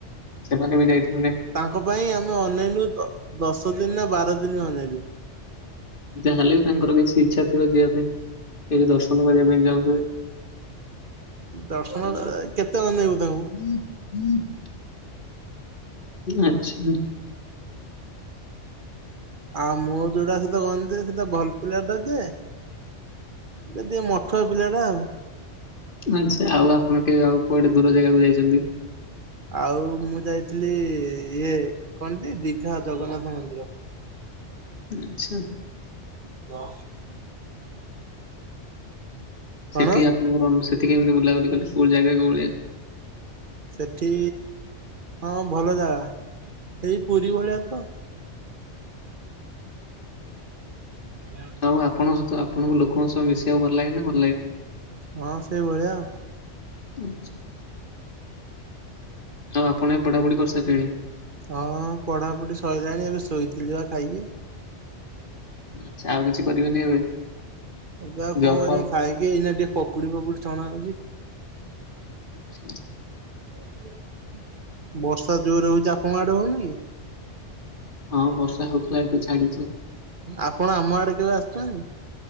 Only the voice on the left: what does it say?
ସେମାନେ ବି ଯାଇଥାନ୍ତେ।
ଯାହା ହେଲେ ବି ତାଙ୍କର କିଛି ଇଚ୍ଛା ଥିବ ଯିବା ପାଇଁ। ସେଇ ଦର୍ଶନ କରିବା ପାଇଁ ଯାଉଥିବେ।
<inaudible> ଆଚ୍ଛା।
ଆଛା ଆଉ ଆପଣ କେବେ ଆଉ, କୁଆଡେ ଦୂର ଜାଗାକୁ ଯାଇଛନ୍ତି?
ଆଚ୍ଛା।
ସେଠି
ଆପଣଙ୍କର ସେଠି କେମିତି ବୁଲାବୁଲି କଲେ କୋଉ ଜାଗା କୋଉ ଭଳିଆ।
ଆଉ ଆପଣଙ୍କ ସହିତ ଆପଣଙ୍କୁ ଲୋକଙ୍କ ସହ ମିଶିବାକୁ ଭଲ ଲାଗେନା କଣ?
ଆଉ ଆପଣ ଏ ପଢାପଢି କରିସାଇଲେଣି?
ଆଛା ଆଉ କିଛି କରିବେନି ଏବେ?
ଜବ୍
ଫବ୍?
ଆଚ୍ଛା।
ହଁ ବର୍ଷା ହଉଥିଲା ଏବେ ଛାଡିଚି।